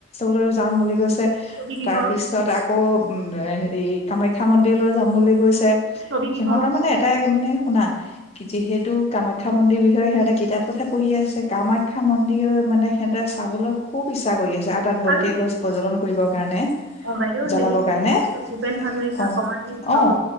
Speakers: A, on the left; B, on the right.
A: লৈওঁ যাম বুলি কৈছে,
B: ছবিগৃহ
A: তাৰ পিছত আকৌ উ এই হেৰি কামাখ্যা মন্দিৰলৈ যাম বুলি কৈছে
B: ছবিগৃহ
A: সিহঁতৰ মানে এটাই মানে শুনা? যিহেতু কামাখ্যা মন্দিৰ বিষয়ে সিহঁতে কিতাপতহে পঢ়ি আছে কামাখ্যা মন্দিৰৰ মানে সিহঁতে চাবলৈ খুব ইচ্ছা কৰি আছে। তেওঁৰ তাত বন্তি
B: আৰু
A: এগছ প্ৰজ্বলন কৰিবৰ কাৰণে
B: বাইদেউ
A: জ্বলাবৰ
B: হেৰি
A: কাৰণে
B: ভূপেন হাজৰিকা
A: অ',
B: সমাধিস্থল
A: অ',